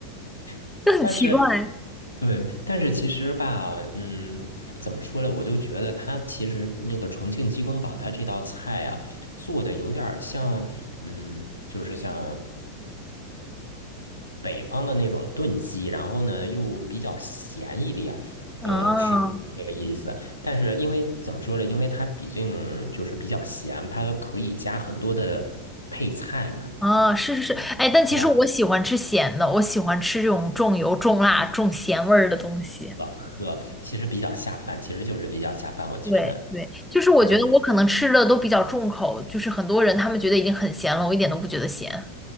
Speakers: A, on the left (about 85°); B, in the centre.
A: <laughs>
B: 就很奇怪。
A: 但是对，但是其实吧，嗯，怎么说呢？我就觉得它其实那个重庆鸡公煲，它这道菜啊，做的有点儿像，嗯，就是像北方的那种炖鸡，然后呢又比较咸一点，
B: 啊
A: 嗯，是这个意思。但是因为怎么说呢？因为它毕竟就是比较咸，它可以加很多的配菜嘛，
B: 啊，是是是，哎，但其实我喜欢吃咸的，
A: 对吧？
B: 我喜欢吃这种重油、重辣、重咸味儿的东西。
A: 老喝其实比较下饭，其实就是比较下饭，我觉得。
B: 对对，就是我觉得我可能吃的都比较重口，
A: 嗯。
B: 就是很多人他们觉得已经很咸了，我一点都不觉得咸。